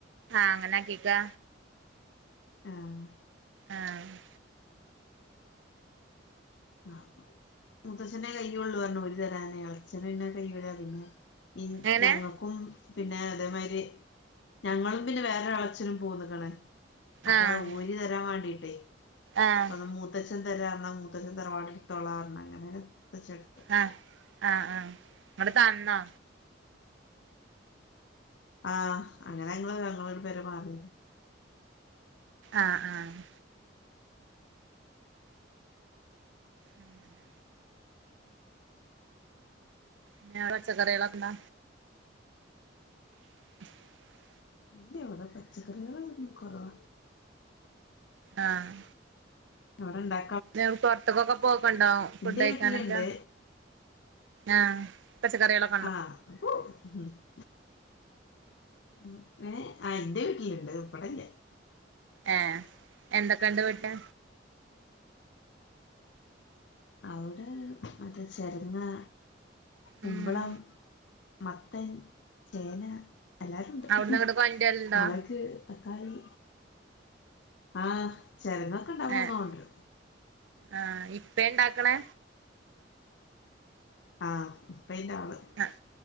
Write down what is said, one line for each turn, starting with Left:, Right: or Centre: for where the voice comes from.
Right: ആഹ് അങ്ങനെ ആകികാ
Left: ആഹ്
Right: ആഹ്
Left: അഹ് അപ്പൊ മുത്തച്ഛനേ കയ്യൊള്ളു പറഞ്ഞു ഓരി തെരാന്. എളച്ചൻ പിന്നെ കയ്യൂല അന്ന് ഇൻ
Right: എങ്ങനെ
Left: ഞങ്ങക്കും പിന്നെ അതേമാരി ഞങ്ങളും പിന്നെ വേറൊരെളച്ചനും പോന്ന്ക്ക്ണ് അപ്പെ
Right: ആഹ്
Left: ഓരി തരാൻ വാണ്ടിട്ടേയ്
Right: ആഹ്
Left: അപ്പത് മൂത്തച്ഛൻ തരാറഞ് മൂ ത്തച്ചൻ തറവാട് ട് ത്തോളാർഞ് അങ്ങനേ ത്തച്ഛട്ത്ത്
Right: ആഹ് ആഹ് ആഹ് ഇങ്ങട് തന്നോ
Left: ആഹ് അങ്ങനെ ഞങ്ങള് വേറൊരു പെര മാറി
Right: ആഹ് ആഹ് അങ്ങനെ ന്നേറ ച്ചകറിയേളെന്താ <inaudible>
Left: ഇല്ല ഇവിടെ പച്ചക്കറികളങ്ങനെ ഒന്നും കൊറവാ
Right: ആഹ്
Left: അവ്ടെണ്ടാ
Right: ന്നെ ങ്ങ പൊർത്ത്ക്കൊക്കെ പോക്ക്ണ്ടോ ഫുഡ്ഡഴിക്കാനൊക്കെ
Left: എന്റെ വീട്ടിലുണ്ട്
Right: ആഹ് പച്ചക്കറിയാളൊ
Left: ആഹ് അത് പോ <unintelligible> ഉം ഏഹ് ആഹ് എന്റെ വീട്ടില് ണ്ട് ഉപ്പടെ ല്ല്യ
Right: ഏഹ് എന്തെക്കെണ്ട് വീട്ട്
Left: അവ്ടെ മറ്റേ ചെരങ്ങാ കുമ്പളം
Right: ഉം
Left: മത്തൻ, ചേന എല്ലാരുണ്ട്.
Right: അവിട്ന്ന് ഇങ്ങട്ട് കൊണ്ടരലുണ്ടോ
Left: മൊളക് തക്കാളി ആഹ് ചെരങ്ങൊക്കെണ്ടാവുമ്പോക്കെ
Right: ഏഹ്
Left: കൊണ് ണ്ട്രും
Right: ആഹ് ഇപ്പേ ണ്ടാക്ക്ണ്
Left: ആഹ് ഇപ്പേയ്ന്റാള്
Right: ആഹ്